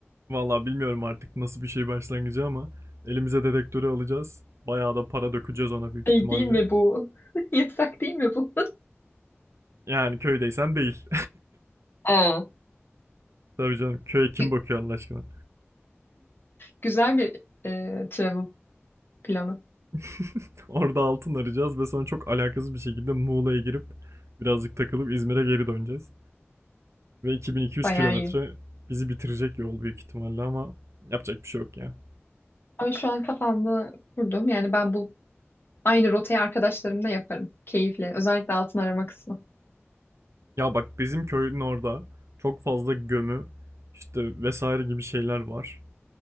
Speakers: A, on the right; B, on the left.
A: Vallahi bilmiyorum artık nasıl bir şey başlangıcı ama elimize dedektörü alacağız. Bayağı da para dökeceğiz ona büyük
B: Şey
A: ihtimalle.
B: değil mi bu? <laughs> Yasak değil mi bu?
A: Yani köydeysen değil.
B: <laughs> aa.
A: <laughs> Tabii canım köye kim
B: Gü-
A: bakıyor Allah aşkına?
B: Güzel bir e, travel planı.
A: <laughs> Orada altın arayacağız ve sonra çok alakasız bir şekilde Muğla'ya girip birazcık takılıp İzmir'e geri döneceğiz. Ve 2200
B: Bayağı
A: kilometre
B: iyi.
A: bizi bitirecek yol büyük ihtimalle ama yapacak bir şey yok ya.
B: Ama şu an kafamda kurdum. Yani ben bu aynı rotayı arkadaşlarımla yaparım. Keyifle. Özellikle altın arama kısmı.
A: Ya bak bizim köyün orada çok fazla gömü işte vesaire gibi şeyler var.